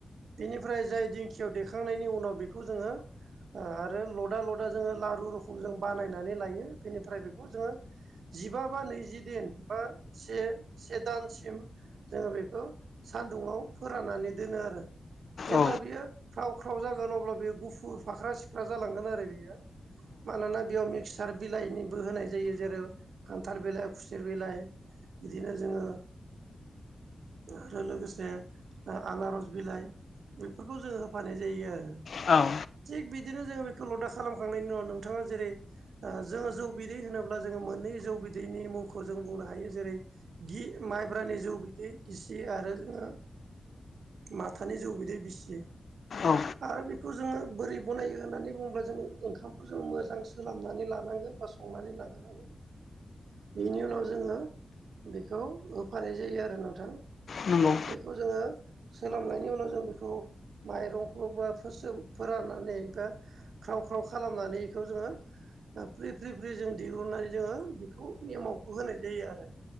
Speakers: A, on the right; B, on the left.
A: बेनिफ्राय जाय दिंखियाव देखांनायनि उनाव बेखौ जोङो आरो लदा लदा जोङो लारु रोखोम जों बानायनानै लायो बेनिफ्राय बेखौ जोङो जिबा बा नैजि दिन बा से से दानसिम जोङो बेखौ सान्दुंङाव फोराननानै दोनो आरो जेब्ला
B: औ
A: बियो ख्राव ख्राव जागोन अब्ला बियो गुफुर फाख्रा सिख्रा जालांगोन आरो बियो मानोना बेयाव मिक्सार बिलाइनिबो होनाय जायो जेरै खान्थाल बिलाइ खुसेर बिलाइ बिदिनो जोङो आरो लोगोसे आनारस बिलाइ बेफोरखौ जों होफानाय जायो आरो
B: औ
A: थिग बिदिनो जोङो बेखौ लदा खालामखांनायनि उनाव नोंथाङा जेरै जोङो जौ बिदै होनोब्ला जोङो मोननै जौ बिदैनि मुंखौ जों बुंनो हायो जेरै गि माइब्रानि जौ बिदै गिसि आरो जोङो माथानि जौ बिदै बिसियो
B: औ
A: आरो बेखौ जोङो बोरै बानायो होननानै बुङोब्ला जों ओंखामखौ जों मोजां सोमनानै लानांगोन बा संनानै लाग्रोनांगोन बेनि उनाव जोङो बेखौ होफानाय जायो आरो नोंथां
B: नंगौ
A: बेखौ जोङो सोलोंनायनि उनाव जों बेखौ माइरंखौ बा फोरान एबा ख्राव ख्राव खालामनानै इखौ जोङो फ्रि फ्रि फ्रि जों दिहुननानै जोङो बेखौ एमावखौ होनाय जायो आरो